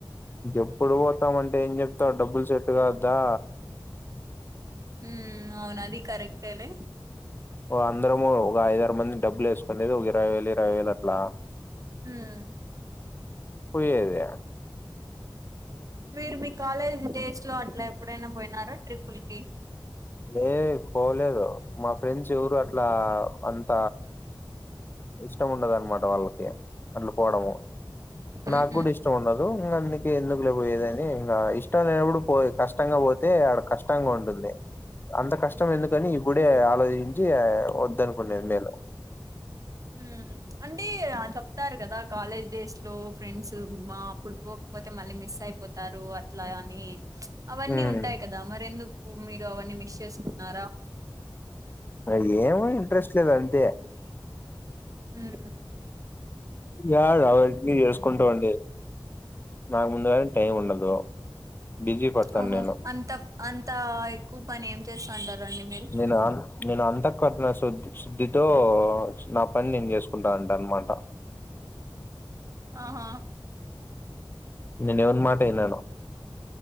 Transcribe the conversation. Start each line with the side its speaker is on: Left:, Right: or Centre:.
Left: ఎప్పుడు పోతామంటే ఏం చెప్తావు డబ్బులు సెట్ కావద్దా
Right: ఉమ్ అవునది కరెక్టే లే
Left: అందరము ఒక ఐదరు మంది డబ్బులు వేసుకునేది ఒక ఇరవై వేలు ఇరవై వేలు అట్లా
Right: ఉమ్
Left: పోయేది
Right: మీరు మీ కాలేజ్ డేస్ లో అట్లా ఎప్పుడైనా పోయినారా ట్రిప్పుల్ కి
Left: లే పోలేదు మా ఫ్రెండ్స్ ఎవరు అట్లా అంత ఇష్టముడదఅన్నమాట వాళ్ళకి అట్ల పోవడము నాగూడా
Right: ఊహూ
Left: ఇష్ ఇష్టం ఉండదు ఇంక అందుకే ఎందుకు లేపోయేదని ఇంకా ఇష్టం లేనప్పుడు పో కష్టంగా పోతే ఆడ కష్ట కష్టంగా ఉంటుంది అంత కష్టం ఎందుకని ఇప్పుడే ఆలోచించి ఆ వద్దనుకునేది నేను
Right: ఉమ్ అంటే ఆ చెప్తారు కదా కాలేజ్ డేస్ లో ఫ్రెండ్స్ అప్పుడు పోకపోతే మళ్ళీ మిస్ అయిపో తారూ అట్లా అని అవన్నీ
Left: ఉమ్
Right: ఉంటాయి కదా మరెందుకు మీరు అవన్నీ మిస్ చేసుకున్నారా
Left: అ యేమో ఇంట్రెస్ట్ లేదంతే
Right: హుమ్
Left: యాడ అవన్నీ చేసుకుంటా ఉండేది నాకు ముందు గానే టైం ఉండదు బిజీ పడతాను
Right: ఓహో
Left: నేను
Right: అంత అంత ఎక్కువ పని ఏం చేస్తంటారండి మీరు
Left: నేనా నేను అంతఃకరణ శుద్ శుద్ధితో నా పని నేను చేసుకుంటా ఉంటా అన్నమాట
Right: ఆహా
Left: నేను ఎవని మాట ఇనను